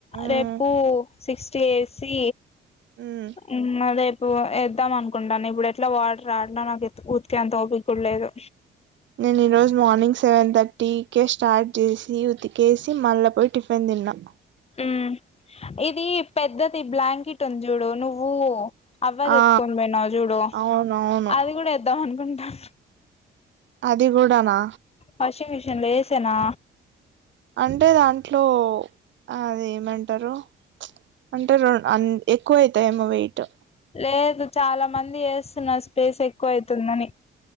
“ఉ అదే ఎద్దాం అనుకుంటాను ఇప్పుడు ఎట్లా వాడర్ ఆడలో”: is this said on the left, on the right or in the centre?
Left